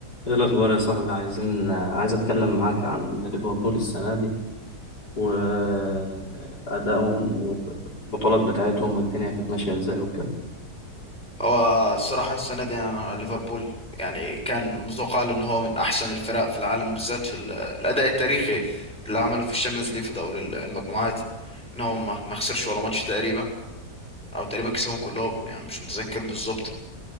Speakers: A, on the left (about 70°); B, in the centre.
A: ايه الاخبار يا صاحبي عايزين عايز اتكلم معاك عن ليفربول السنه دي وادائهم والبطولات بتاعتهم والدنيا كانت ماشيه ازاي وكده
B: هو الصراحة السنة دي أنا ليفربول يعني كان متوقع له إن هو من أحسن الفرق في العالم بالذات في ال- الأداء التاريخي اللي عمله في الشامبيونز ليج في دوري ال- المجموعات إن هو ما ما خسرش ولا ماتش تقريبا أو تقريبا كسبهم كلهم يعني مش متذكر بالظبط